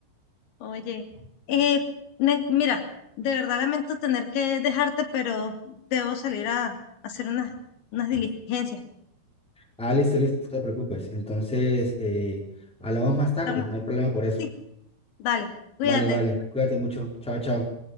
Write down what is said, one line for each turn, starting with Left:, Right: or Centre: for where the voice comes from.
Left: Oye, eh, ne- mira, de verdad lamento tener que dejarte, pero debo salir a, hacer unas, unas diligencias.
Centre: Ah, listo, listo, no te preocupes. Entonces, eh, hablamos más tarde,
Left: Estamos-
Centre: no hay problema por eso.
Left: Sí, dale, cuídate.
Centre: Vale, vale. Cuídate mucho. Chao, chao.